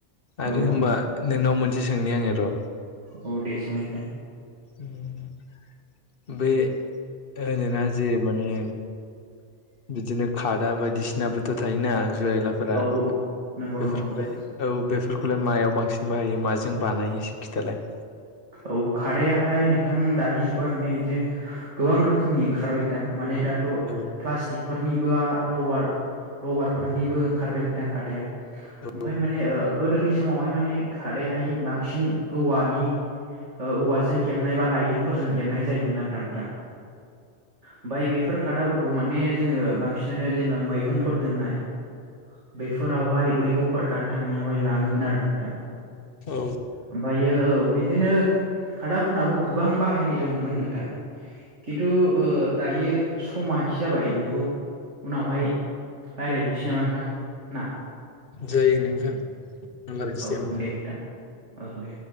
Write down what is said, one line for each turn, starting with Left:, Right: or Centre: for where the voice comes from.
Left: आरो
Right: औ
Left: होनबा
Right: औ
Left: नोंनाव मोनसे सोंनि आङो र'।
Right: अ दे सोंलाय नोंथां।
Left: उम बे होनोना जे माने बिदिनो खादा बायदिसिनाबोथ' थायो ना। <unintelligible> आइलाफोरा
Right: औ औ नंगौ
Left: बेफोरखौलाय
Right: नंगौ नोंथां।
Left: औ बे फोरखौलाय मायाव बांसिन बाहायो माजों बानायो एसे खिथालाय।
Right: औ खादाहाय नोंथां दानि जुगावहाय माने बिदिनो गोबां रोखोमनि ओंखारबाय नोंथां माने दा थ'
Left: औ
Right: प्लास्टिकफोरनिबो रबार रबारफोरनिबो ओंखारबाय नोंथां खादाया।
Left: औ
Right: ओमफाय माने ओ गोदोनि समावहाय माने खादाहाय बांसिन औवानि औवाजों हेबनाय बा राइदिंफोरजों हेबनाय जायोमोन आरो ना नोंथां। ओमफाय बेफोर खादाफोरखौ माने जोङो बांसिनानो जेनेबा मैगंफोर दोननाय बेफोरावहाय मैगंफोर खानो थांनायावहाय लाङोमोन आरो नोंथां।
Left: औ
Right: ओमफायो औ बि दिनो खादाफोरनाबो गोबां बाहायनाय दंमोन नोंथां। खिन्थु ओ दायो समा एसे जाबाय बेखौ उनावहाय रायलायहैफिनसै नामा नोंथां ना।
Left: जायो नोंथां। लायसै
Right: औ
Left: होमबा
Right: दे नोंथां औ दे।